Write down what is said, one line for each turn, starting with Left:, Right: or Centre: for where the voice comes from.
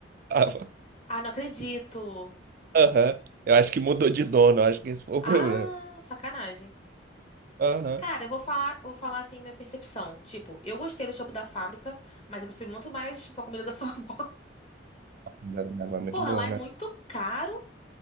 Right: Tava.
Left: Ah, não acredito.
Right: Aham. Eu acho que mudou de dono, eu acho que esse foi o
Left: Ah,
Right: problema.
Left: sacanagem.
Right: Aham.
Left: Cara, eu vou falar, vou falar assim minha percepção. Tipo, eu gostei do chopp da fábrica, mas eu prefiro muito mais, tipo, a comida da sua <laughs> avó.
Right: A comida da minha avó é muito
Left: Porra,
Right: boa,
Left: lá é
Right: né?
Left: muito caro.